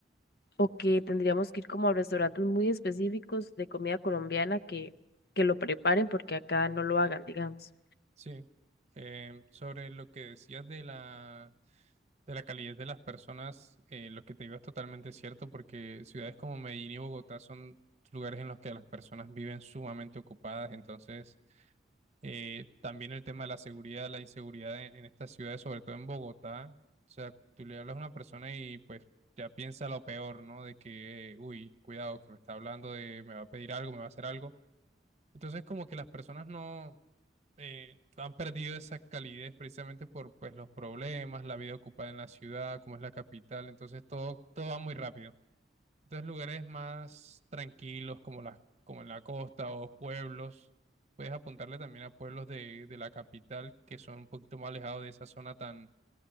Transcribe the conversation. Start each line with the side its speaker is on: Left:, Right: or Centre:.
Left: o que tendríamos que ir como a restaurantes muy específicos de comida colombiana que, que lo preparen porque acá no lo hagan, digamos.
Right: sí. Eh, sobre lo que decías de la... De la calidez de las personas, eh, lo que te digo es totalmente cierto, porque ciudades como Medellín y Bogotá son lugares en los que las personas viven sumamente ocupadas, entonces Eh, también el tema de la seguridad, la inseguridad en, en estas ciudades, sobre todo en Bogotá. O sea, tú le hablas a una persona y pues ya piensa lo peor, ¿no? De que, eh, uy, cuidado, que me está hablando de, me va a pedir algo, me va a hacer algo. Entonces, como que las personas no eh, han perdido esa calidez precisamente por pues los problemas, la vida ocupada en la ciudad, como es la capital. Entonces, todo, todo va muy rápido. Entonces, lugares más tranquilos como las, como en la costa o pueblos, puedes apuntarle también a pueblos de, de la capital que son un poquito más alejados de esa zona tan,